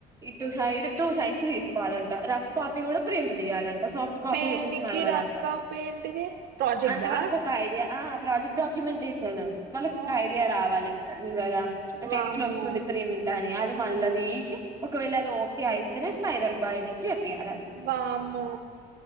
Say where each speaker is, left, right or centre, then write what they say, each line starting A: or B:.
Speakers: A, on the right; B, on the right.
A: ఇటు సైడ్ టూ సైడ్స్ తీసుకోవాలి దంట రఫ్ కాపు వీవుడు ప్రింట్ తీయాలంట సాఫ్ట్ కాపీ
B: దేనికి
A: యూపిస్తే నడవదంట
B: రఫ్ కాపీ ఏంటిది ప్రాజెక్ట్
A: అంటే
B: దా
A: వాళ్ళకు ఒక ఐడియా ఆ ప్రాజెక్ట్ డాక్యుమెంటేషన్ వాళ్ళక్
B: ఆ
A: తా ఐడియా రావాలి గదా అంటే
B: వామ్మో
A: ఎట్లా వస్తుంది ప్రింట్ అని అది మల్ల దీసి ఒక వేళ అది ఓకే ఐ తేనే స్పైరల్ బైండింగ్ చేపియాల
B: వామ్మో